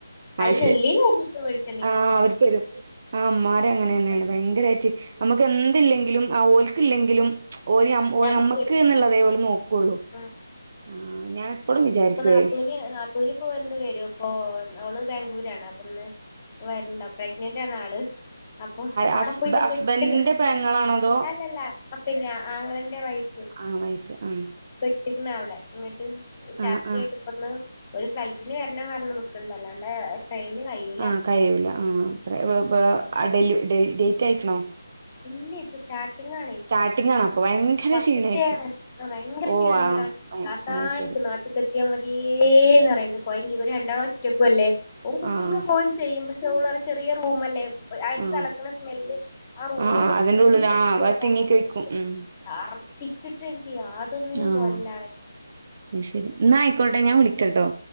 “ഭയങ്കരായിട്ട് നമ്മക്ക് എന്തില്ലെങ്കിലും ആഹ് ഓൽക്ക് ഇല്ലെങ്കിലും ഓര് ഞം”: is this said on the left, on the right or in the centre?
Right